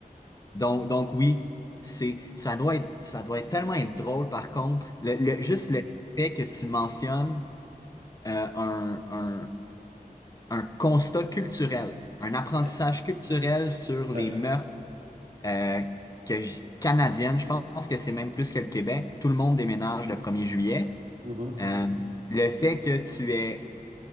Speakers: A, on the left; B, on the right.
A: donc, donc oui, c'est, ça doit être, ça doit être tellement être drôle par contre. Le, le- juste le fait que tu mentionnes euh, un, un, un constat culturel, un apprentissage
B: Ouais,
A: culturel sur
B: tout
A: les
B: à fait.
A: mœurs euh, que j- canadienne, je pense que c'est même plus que le Québec. Tout le monde
B: Mhm,
A: déménage le premier juillet.
B: mhm,
A: Euh, le fait que tu aies